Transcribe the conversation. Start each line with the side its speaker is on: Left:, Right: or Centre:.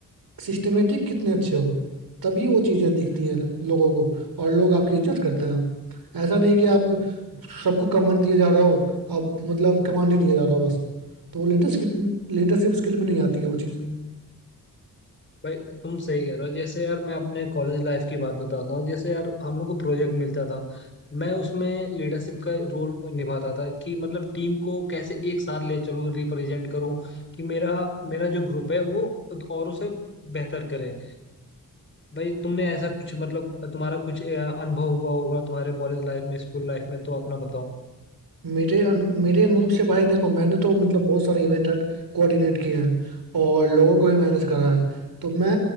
Right: सिस्टमेटिक कितने अच्छे हो तभी वो चीज़ें दिखती हैं लोगों को और लोग आपकी इज्जत करते हैं ऐसा नहीं कि आप सबको कमांड दिए जा रहे हो आप मतलब कमांड ही दिए जा रहे हो बस तो वो लीडरशिप लीडरशिप स्किल में नहीं आती है वो चीज़ें
Left: भाई तुम सही कह रहे हो जैसे यार मैं अपने कॉलेज लाइफ की बात बताता हूँ जैसे यार हम लोग को प्रोजेक्ट मिलता था मैं उसमें लीडरशिप का रोल निभाता था कि मतलब टीम को कैसे एक साथ ले चलूँ रिप्रेजेंट करूँ कि मेरा मेरा जो ग्रुप है वो औरों से बेहतर करे भाई तुमने ऐसा कुछ मतलब तुम्हारा कुछ अ, अनुभव हुआ होगा तुम्हारे कॉलेज लाइफ में स्कूल लाइफ में तो अपना बताओ
Right: मेरे अनु, मेरे अनुभव से भाई देखो मैंने तो मतलब बहुत सारे इवेंट कोऑर्डिनेट किए हैं और लोगों को भी मैनेज करा है तो मैं